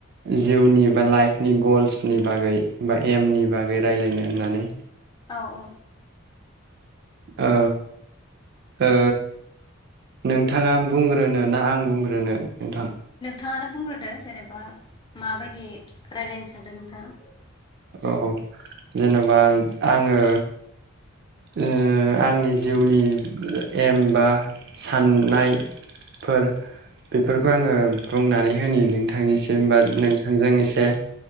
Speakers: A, on the right; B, on the left.
A: जिउनि बा लाइफनि गल्सनि बागै बा एमनि बागै रायजलायनो होननानै।
B: औ औ
A: औ ओ नोंथाङा बुंग्रोनो ना आं बुंग्रोनो नोंथां?
B: नोंथाङानो बुंग्रोदो जेनेबा माबायदि राय्लायनो सानदों नोंथाङा।
A: औ जेन'बा आङो ओ आंनि जिउनि एम बा साननाय फोर बेफोरखौ आङो
B: औ
A: बुंनानै होनि नोंथांनिसिम बा नोंथांजों एसे